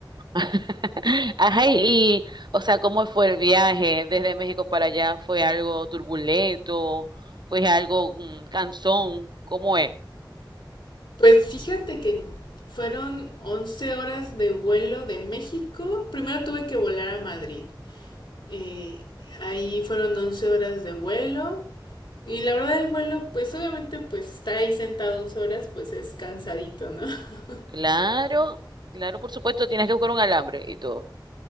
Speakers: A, on the right; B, on the left.
A: <laughs> Ajá, y, o sea, ¿cómo fue el viaje desde México para allá? ¿Fue algo turbulento? ¿Fue algo mm, cansón? ¿Cómo es?
B: Pues fíjate que fueron 11 horas de vuelo de México. Primero tuve que volar a Madrid. Eh, ahí fueron 11 horas de vuelo. Y la verdad el vuelo, pues obviamente pues estar ahí sentado 11 horas pues es cansadito, ¿no? <laughs>
A: Claro, claro, por supuesto, tienes que buscar un alambre y todo.